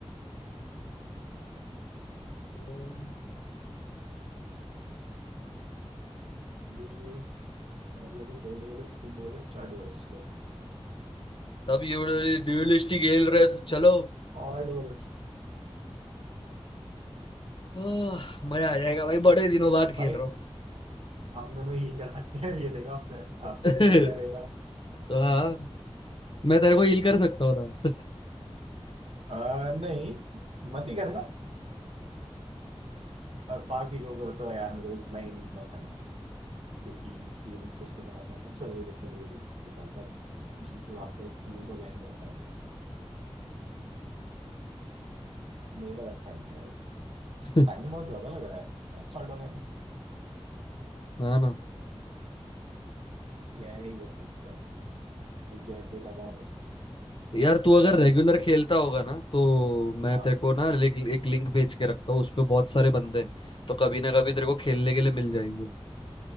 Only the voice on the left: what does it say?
हम्म।
तब ये बड़े ड्यूलिस्ट ही खेल रहे हैं, चलो
आह, मजा आ जाएगा भाई बड़े दिनों बाद खेल
रहा हूँ
<laughs>
तो हाँ मैं तेरे को हील कर सकता हूँ ना
<laughs>
हाँ ना
यार तू अगर
रेगुलर
खेलता
होगा ना तो मैं
तेरे को ना एक, एक लिंक भेज के रखता हूँ उस पे बहुत सारे बंदे हैं। तो कभी ना कभी तेरे को खेलने के लिए मिल जाएंगे